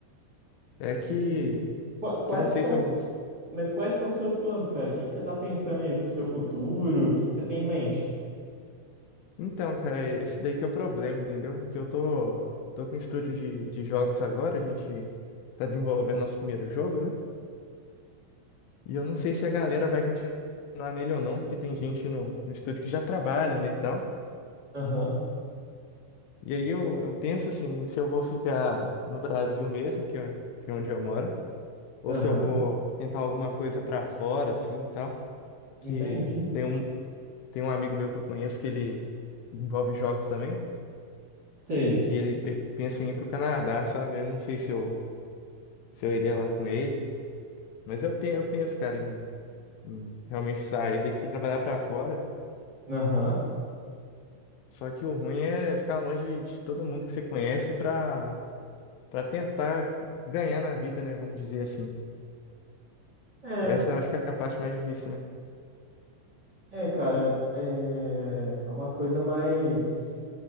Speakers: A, on the left (about 80°); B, on the right (about 25°).
A: É que,
B: E qua- quais
A: que eu não sei
B: que são,
A: se
B: os-
A: eu...
B: mas quais são os seus planos, cara? O que que você tá pensando aí pro seu futuro? O que que você tem em mente?
A: Então, cara, esse daí que é o problema, entendeu? Porque eu tô, eu tô com um estúdio de, de jogos agora, a gente tá desenvolvendo nosso primeiro jogo, né? E eu não sei se a galera vai continuar nele ou não, porque tem gente no, no estúdio que já trabalha, né, e tal.
B: Aham,
A: E aí eu, eu penso assim, se eu vou ficar no Brasil mesmo, que é, que é onde eu moro, ou
B: aham.
A: se eu vou tentar alguma coisa pra fora, assim, e tal.
B: Entendi.
A: Que tem um, tem um amigo meu que eu conheço que ele envolve jogos também,
B: Sei.
A: que ele pe- pensa em ir pro Canadá, sabe? Eu não sei se eu, se eu iria lá com ele, mas eu, pe- eu penso, cara, em, em realmente sair daqui e trabalhar pra fora.
B: Aham.
A: Só que o ruim é ficar longe de todo mundo que você conhece pra para tentar ganhar na vida, né? Vamos dizer assim.
B: É,
A: Essa eu acho que é a parte mais difícil, né?
B: é, cara, é é uma coisa mais.